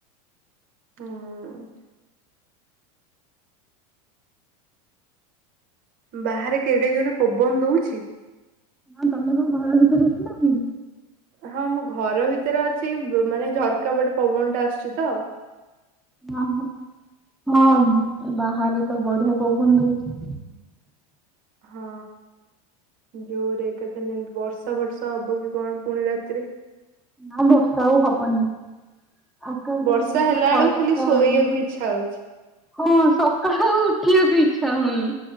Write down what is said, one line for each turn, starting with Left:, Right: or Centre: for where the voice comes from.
Right: ହୁଁ। ବାହାରେ କେଡେ ଜୋରରେ ପବନ ଦଉଛି।
Centre: ହଁ ତମେ କଣ ଘର ଭିତରେ ଅଛ ନାଁ କଣ?
Right: ହଁ ମୁଁ ଘର ଭିତରେ ଅଛି ବ ମାନେ ଝରକା ବାଟେ ପବନ ଟା ଆସୁଛି ତ।
Centre: ହଁ ହ ହଁ ବାହାରେ ତ ବଢିଆ ପବନ୍ ଦଉଛି।
Right: ହଁ ଜୋଉ ରେଟ ରେ ଏକାଥରେ ଯେମିତି ବର୍ଷା ବର୍ଷା ହବ କି କଣ ପୁଣି ରାତିରେ।
Centre: ନାଁ ବର୍ଷା ଆଉ ହବନି। ଆକାଶଟା
Right: ବର୍ଷା
Centre: ଟିକେ ଟିକେ
Right: ହେଲା
Centre: ଫର୍ଚ୍ଚା
Right: ବେଳକୁ ଖାଲି ଶୋଇବାକୁ
Centre: ହେଲାଣି।
Right: ଇଚ୍ଛା ହଉଛି।
Centre: ହଁ ସକାଳ ଆଉ ଉଠିବାକୁ ଇଚ୍ଛା ହଉନି।